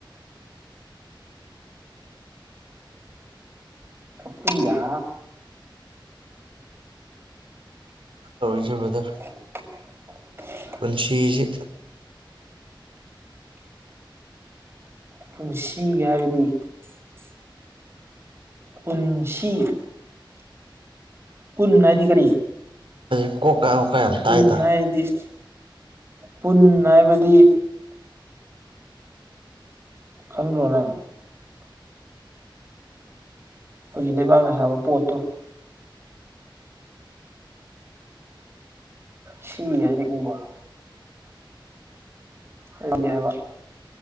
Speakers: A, on the right; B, on the right.
A: <inaudible>
B: ꯑꯄꯌꯥ
A: ꯇꯧꯔꯤꯁꯦꯕ꯭ꯔꯗꯔ
B: <inaudible>
A: ꯄꯨꯟꯁꯤꯤ
B: ꯄꯨꯟꯁꯤꯒꯤ ꯍꯥꯏꯕꯗꯤ ꯄꯨꯟꯁꯤ ꯄꯨꯟꯅꯗꯤ ꯀꯔꯤ
A: ꯍꯥꯏꯩ ꯀꯣꯛꯀ ꯀ ꯌꯥꯝ ꯇꯥꯏꯗ
B: ꯄꯨꯟ ꯍꯥꯏꯗꯤ ꯄꯨꯟ ꯍꯥꯏꯕꯗꯤ ꯊꯪꯒꯣꯅ ꯑꯩꯈꯣꯏꯒꯤ ꯂꯩꯕꯥꯛꯅ ꯁꯥꯕ ꯄꯣꯠꯇꯨ ꯁꯤ ꯍꯥꯏꯗꯤ ꯎꯕ ꯂꯝꯅꯤ ꯍꯥꯏꯕ